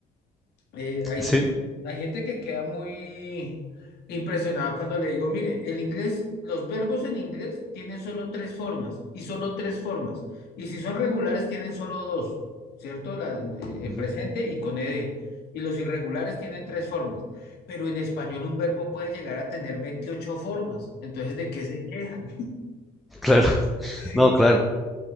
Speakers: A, on the left; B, in the centre.
A: Eh, hay
B: sí,
A: gente, hay gente que queda muy impresionada cuando le digo, mire, el inglés, los verbos en inglés tienen solo tres formas y solo tres formas. Y si son regulares, tienen solo dos, ¿cierto? La- eh, en
B: Ujú.
A: presente y con ed. Y los irregulares tienen tres formas. Pero en español un verbo puede llegar a tener 28 formas. Entonces, ¿de qué se quejan? <laughs>
B: claro, <laughs>
A: Sí,
B: no, claro.